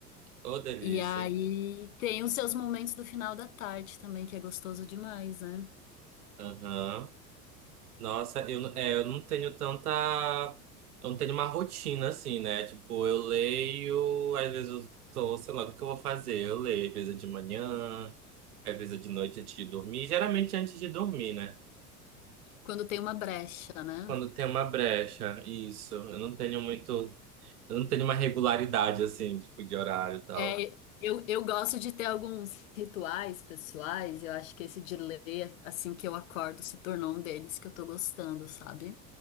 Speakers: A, on the right; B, on the left.
A: Ô, delícia.
B: E aí tem os seus momentos do final da tarde também, que é gostoso demais, né?
A: Aham. Nossa, eu, não- é, eu não tenho tanta. Eu não tenho uma rotina assim, né? Tipo, eu leio, às vezes eu tô, sei lá, o que eu vou fazer? Eu leio, às vezes é de manhã, às vezes é de noite antes de dormir. Geralmente é antes de dormir, né?
B: Quando tem uma brecha, né?
A: Quando tem uma brecha, isso. Eu não tenho muito. Eu não tenho uma regularidade, assim, tipo, de horário e tal.
B: É, eu, eu gosto de ter alguns rituais pessoais, eu acho que esse de ler assim que eu acordo se tornou um deles que eu tô gostando, sabe?